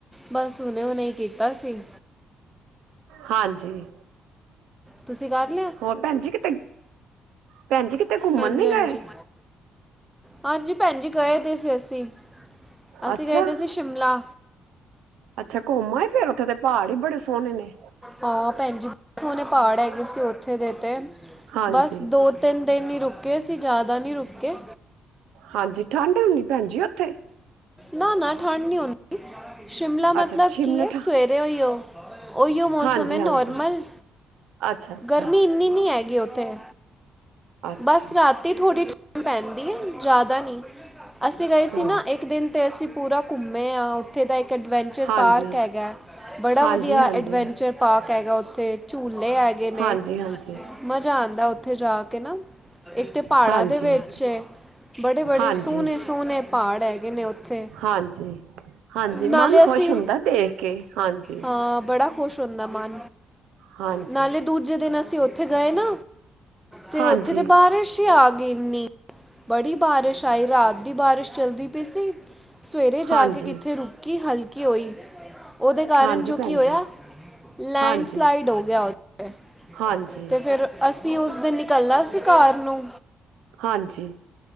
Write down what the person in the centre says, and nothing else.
ਬਸ ਹੁਣੇ ਹੁਣੇ ਕੀਤਾ ਸੀ
ਤੁਸੀਂ ਕਰ ਲਿਆ
ਹਾਂਜੀ
ਹਾਂਜੀ
ਹਾਂਜੀ ਭੈਣਜੀ ਕਹੇ ਦੇ ਸੀ ਅਸੀਂ ਅਸੀਂ
ਗਏ ਦੇ ਸੀ ਸ਼ਿਮਲਾ
ਹਾਂ ਭੈਣ ਜੀ ਬੇ ਸੋਹਣੇ ਪਹਾੜ ਹੈਗੇ ਉੱਥੇ ਦੇ ਤੇ
ਬਸ ਦੋ ਤਿੰਨ ਦਿਨ ਹੀ ਰੁਕੇ ਅਸੀਂ ਜ਼ਿਆਦਾ ਨੀ ਰੁਕੇ
ਨਾ ਨਾ ਠੰਡ ਨਹੀਂ ਹੁੰਦੀ ਸ਼ਿਮਲਾ ਮਤਲਬ
ਕੀ ਹੈ
ਸਵੇਰੇ ਓਹੀਓ ਉਹੀਓ
ਸਮੇਂ
ਨੋਰਮਲ
ਗਰਮੀ ਇੰਨੀ ਨਹੀਂ ਹੈਗੀ ਓਹ ਥੇ
ਬਸ ਰਾਤੀ ਥੋੜੀ ਪੈਂਦੀ ਹੈ ਜ਼ਿਆਦਾ ਨਹੀਂ ਅਸੀਂ ਗਏ ਸੀ
ਨਾ ਇੱਕ ਦਿਨ 'ਤੇ ਅਸੀਂ ਪੂਰਾ ਘੁੰਮੇ ਆ ਉੱਥੇ ਦਾ ਇੱਕ ਐਡਵੈਂਚਰ
ਪਾਰਕ ਹੈਗਾ ਬੜਾ
ਵਧੀਆ
ਐਡਵੈਂਚ ਪਾਰਕ ਹੈਗਾ ਉੱਥੇ ਝੂਲੇ ਹੈਗੇ ਨੇ
ਮਜ਼ਾ ਆਂਦਾ ਉੱਥੇ ਜਾ ਕੇ ਨਾ ਇੱਕ ਤੇ ਪਹਾੜਾਂ
ਦੇ ਵਿੱਚ ਬੜੇ ਬੜੇ
ਸੋਹਣੇ ਸੋਹਣੇ ਪਹਾੜ ਹੈਗੇ ਨੇ ਉੱਥੇ
ਨਾਲੇ
ਅਸੀਂ
ਹਾਂ ਬੜਾ ਬੰਦਾ ਮਾਰ
ਨਾਲੇ ਦੂਜੇ ਦਿਨਸੀਂ ਅਸੀਂ ਉੱਥੇ ਗਏ ਨਾ ਤੇ
ਉੱਥੇ ਤੇ ਬਾਰਿਸ਼ ਹੀ ਆ ਗਈ ਇੰਨੀ ਬੜੀ ਬਾਰਿਸ਼ ਆਈ ਰਾਤ ਦੀ ਬਾਰਿਸ਼ ਚੱਲਦੀ ਪਈ ਸੀ ਸਵੇਰੇ ਜਾ
ਕੇ ਕਿੱਥੇ ਰੁਕੀ ਹਲਕੀ <unintelligible> <inaudible> ਉਹਦੇ ਕਾਰਨ
ਜੋ
ਕੀ ਹੋਇਆ
ਲੈਂਡਸਲਾਈਡ
ਹੋ ਗਿਆ ਓਥੇ
ਤੇ ਫਿਰ ਅਸੀਂ ਉਸ ਦਿਨ ਨਿਕਲਣਾ ਸੀ ਘਾਰ ਨੂੰ